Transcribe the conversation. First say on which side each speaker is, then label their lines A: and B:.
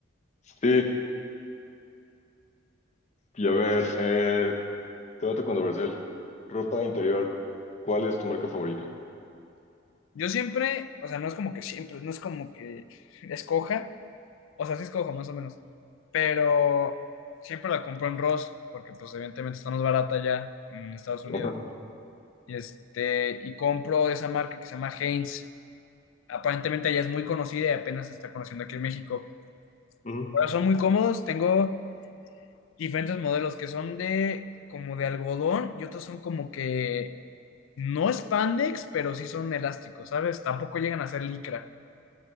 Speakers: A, on the left; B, on the left.
A: Sí, y a ver, eh, debate controversial. Ropa interior, ¿cuál es tu marca favorita?
B: Yo siempre, o sea, no es como que siempre, no es como que escoja, o sea, sí escojo más o menos, pero siempre la compro en Ross, porque pues evidentemente está más barata allá en Estados Unidos.
A: Ajá,
B: Y este, y compro de esa marca que se llama Heinz. Aparentemente allá es muy conocida y apenas se está conociendo aquí en México.
A: ujú,
B: Pero son muy cómodos, tengo diferentes modelos que son de como de algodón y otros son como que no spandex, pero sí son elásticos, ¿sabes? Tampoco llegan a ser licra.